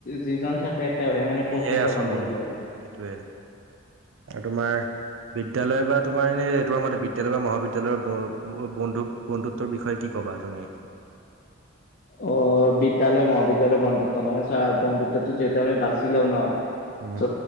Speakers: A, on the left; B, on the right.
A: যিজন থাকে তেওঁহে মানে
B: সিহে
A: প্ৰকৃত
B: আচল বন্ধু
A: হয় আৰু।
B: সেইটোৱে আৰু তোমাৰ বিদ্যালয় বা তোমাৰ এনেই তোমাৰ মতে বিদ্যালয় বা মহাবিদ্যালয়ৰ ব ব বন্ধু বন্ধুত্বৰ বিষয়ে কি ক'বা তুমি?
A: অ বিদ্যালয় মহাবিদ্যালয় বন্ধুত্ব মানে চ বন্ধুত্বটো যিহেতু বাচি লাও ন।
B: উম,
A: ত